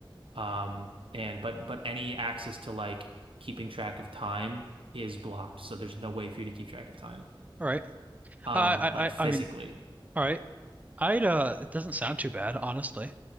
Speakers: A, on the right; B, on the right.
A: Um, and but but any access to like keeping track of time is blocked. So there's no way for you to keep track of time.
B: All right.
A: Um,
B: Uh, I,
A: like
B: I,
A: physically.
B: I mean, all right. I'd, uh, it doesn't sound too bad, honestly.